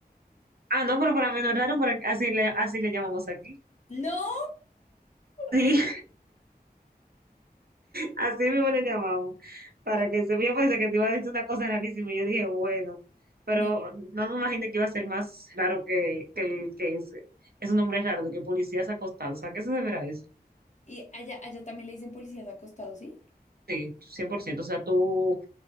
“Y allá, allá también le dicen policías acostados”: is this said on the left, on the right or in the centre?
Left